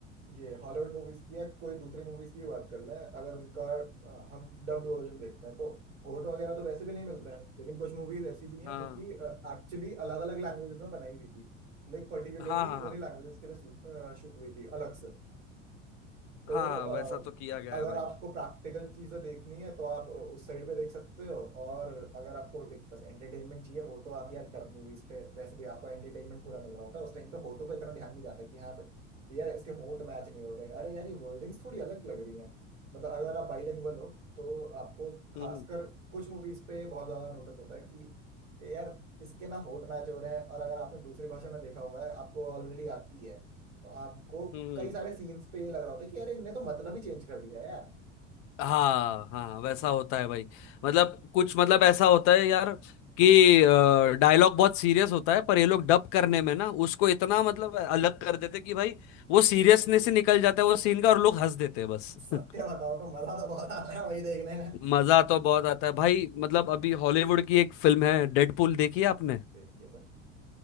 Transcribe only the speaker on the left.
हाँ
हाँ हाँ
हाँ
हाँ
वैसा तो किया गया
है भाई
हम्म हम्म।
हम्म
हाँ हाँ वैसा होता है भाई मतलब कुछ मतलब ऐसा होता है यार कि डायलॉग बहुत सीरियस होता है पर ये लोग डब करने में ना उसको इतना मतलब अलग कर देते कि भाई वो सीरियसनेस से निकल जाता है वो सीन का और लोग हंस देते हैं बस
<laughs>
मजा तो बहुत आता है भाई मतलब अभी हॉलीवुड की एक फिल्म है डेडपूल देखी है आपने